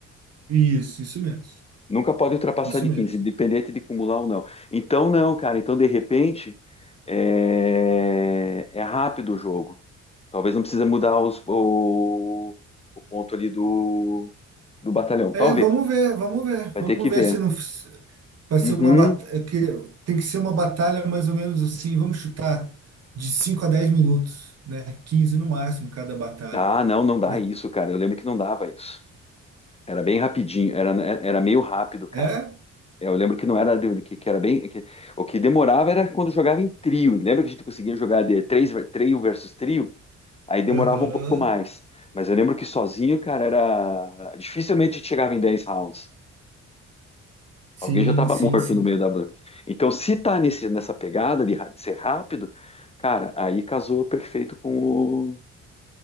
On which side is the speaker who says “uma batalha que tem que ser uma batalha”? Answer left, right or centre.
Right